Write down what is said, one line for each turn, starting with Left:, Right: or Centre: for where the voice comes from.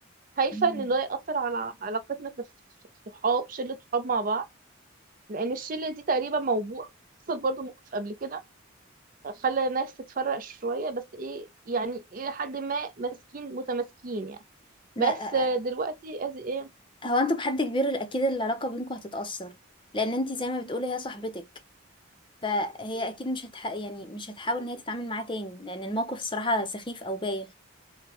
Right: خايفة
Left: مم.
Right: ان ده يأثر على علاقتنا كصحاب شلة صحاب مع بعض لان الشلة دي تقريبا موضوع حصل برضو موقف قبل كده خلى الناس تتفرق شوية بس ايه يعني الى حد ما ماسكين متماسكين يعني
Left: لا
Right: بس آه، دلوقتي از ايه
Left: هو انتوا بحد كبير اكيد العلاقه بينكم هتتاثر لان انت زي ما بتقولي هي صاحبتك فهي اكيد مش هتح... يعني مش هتحاول ان هي تتعامل معاه تاني لان الموقف الصراحة سخيف او بايخ